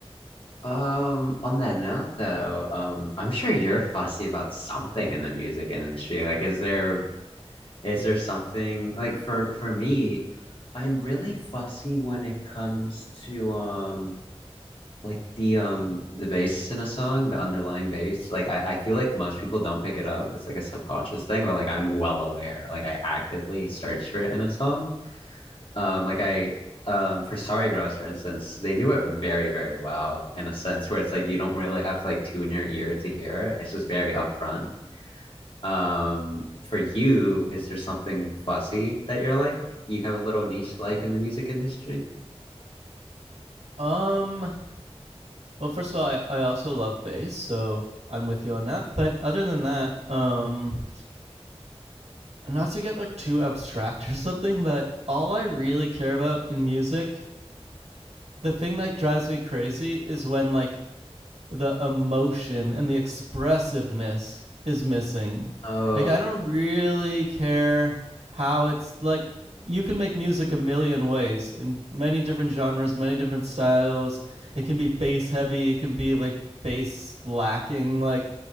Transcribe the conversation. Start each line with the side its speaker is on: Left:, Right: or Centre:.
Left: Um, on that note though, um, I'm sure you're fussy about something in the music industry. Like, is there Is there something like for for me, I'm really fussy when it comes to um like the um the bass in a song, the underlying bass. Like I, I feel like most people don't pick it up. It's like a subconscious thing, but like I'm well aware. Like I actively search for it in a song. Um like I um for Sorry Girls, for instance, they do it very, very well in a sense where it's like you don't really have to like tune your ear to hear it. It's just very upfront. Um, for you, is there something fussy that you're like? You have a little niche like in the music industry?
Right: Um. Well, first of all, I, I also love bass, so I'm with you on that. But other than that, um, not to get like too abstract <laughs> or something, but all I really care about in music, the thing that drives me crazy is when like the emotion and the expressiveness is missing.
Left: Oh,
Right: Like I don't really care how it's like you can make music a million ways in many different genres, many different styles. It can be bass heavy, it can be like bass lacking. Like